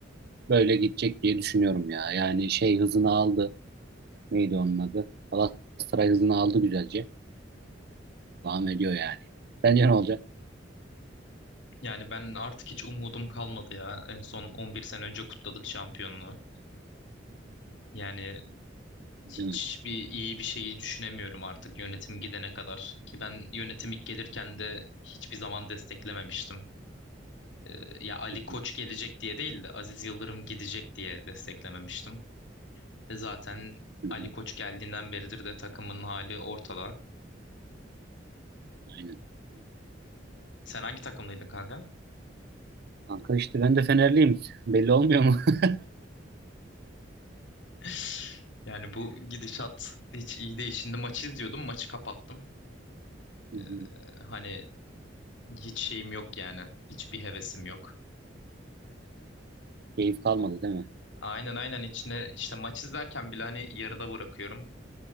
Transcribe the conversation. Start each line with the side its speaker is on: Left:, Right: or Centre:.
Right: böyle gidecek diye düşünüyorum ya. Yani şey hızını aldı. Neydi onun adı? Galatasaray hızını aldı güzelce. Devam ediyor yani. Sence ne olacak?
Left: Yani ben artık hiç umudum kalmadı ya. En son 11 sene önce kutladık şampiyonluğu. Yani
Right: Değil
Left: hiçbir
Right: mi?
Left: iyi bir şeyi düşünemiyorum artık yönetim gidene kadar. Ki ben yönetim ilk gelirken de hiçbir zaman desteklememiştim. Ee, ya Ali
Right: Hı hı,
Left: Koç gelecek diye değil de Aziz Yıldırım gidecek diye desteklememiştim. Ve zaten
Right: hı hı.
Left: Ali Koç geldiğinden beridir de takımın hali ortada.
Right: Aynen. Aynen.
Left: Sen hangi takımlıydın kanka?
Right: Kanka işte ben de Fenerliyim. Belli olmuyor mu? <laughs>
Left: <laughs> Yani bu gidişat hiç iyi değil. Şimdi maçı izliyordum, maçı kapattım.
Right: Hı
Left: Ee,
Right: hı.
Left: hani hiç şeyim yok yani. Hiçbir hevesim yok.
Right: Keyif kalmadı değil mi?
Left: Aynen aynen içine işte maç izlerken bile hani yarıda bırakıyorum.